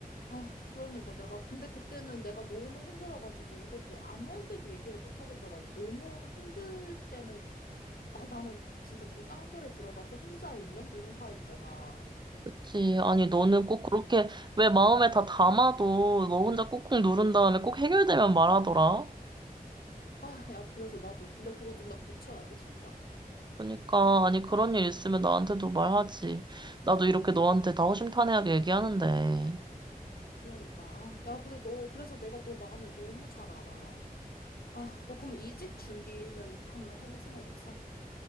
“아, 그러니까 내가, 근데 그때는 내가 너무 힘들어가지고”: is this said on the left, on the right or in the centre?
Left